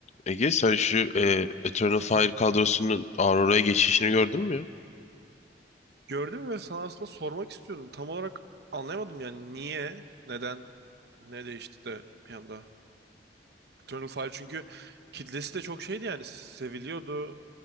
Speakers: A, on the left; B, on the right.
A: Ege sen şu e, Eternal
B: <clears throat>
A: Fire kadrosunun Aurora'ya geçişini gördün mü ya?
B: Gördüm ve sana aslında sormak istiyordum. Tam olarak anlayamadım yani niye, neden, ne değişti de bir anda. Eternal Fire çünkü kitlesi de çok şeydi yani seviliyordu.